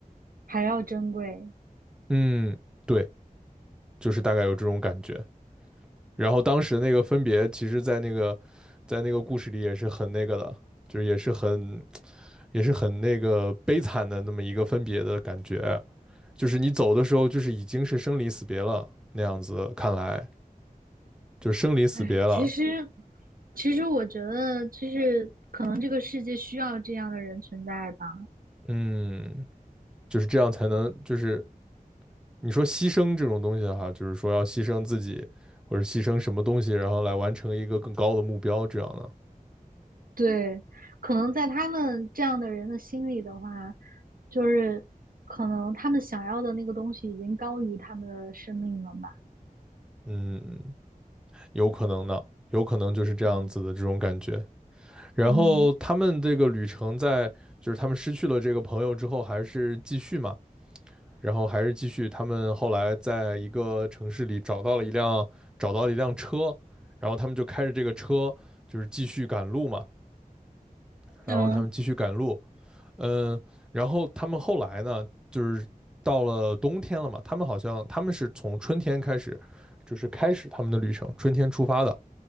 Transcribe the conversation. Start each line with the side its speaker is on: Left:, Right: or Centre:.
Right: 还要珍贵。
Centre: 嗯，对，就是大概有这种感觉。然后当时那个分别，其实，在那个在那个故事里也是很那个的，就是也是很也是很那个悲惨的那么一个分别的感觉。就是你走的时候，就是已经是生离死别了那样子，看来就是生离死别了。
Right: 哎，其实其实我觉得就是可能这个世界需要这样的人存在吧。
Centre: 嗯，就是这样才能就是你说牺牲这种东西哈，就是说要牺牲自己或者牺牲什么东西，然后来完成一个更高的目标，这样的，
Right: 对，可能在他们这样的人的心里的话，就是可能他们想要的那个东西已经高于他们的生命了吧？
Centre: 嗯，有可能的，有可能就是这样子的这种感觉。
Right: 嗯
Centre: 然后他们这个旅程在就是他们失去了这个朋友之后，
Right: 嗯
Centre: 还是继续嘛，然后还是继续。他们后来在一个城市里找到了一辆找到了一辆车，然后他们就开着这个车就是继续赶路嘛，然后他们继续赶路。
Right: 嗯
Centre: 嗯，然后他们后来呢，就是到了冬天了嘛，他们好像他们是从春天开始，就是开始他们的旅程，春天出发的，